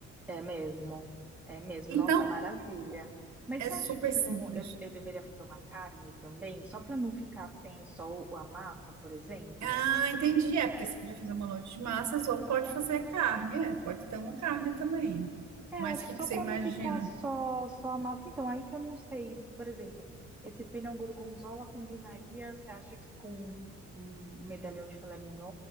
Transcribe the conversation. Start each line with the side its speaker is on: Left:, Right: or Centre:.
Centre: É mesmo, é mesmo.
Right: então
Centre: Nossa, maravilha. Mas
Right: é
Centre: você
Right: super
Centre: acha que
Right: simples.
Centre: não, eu, eu deveria fazer uma carne também, só para não ficar sem só o- a massa, por exemplo?
Right: Ah, entendi. É, porque você podia fazer uma noite de massas ou pode fazer carne, é, pode ter uma carne também.
Centre: É,
Right: Mas
Centre: eu acho
Right: o
Centre: que
Right: que
Centre: só
Right: que você
Centre: para
Right: imagina?
Centre: não ficar só, só a massa. Então, aí que eu não sei, por exemplo, esse pênel gorgonzola combinaria, você acha que com um um medalhão de filé mignon,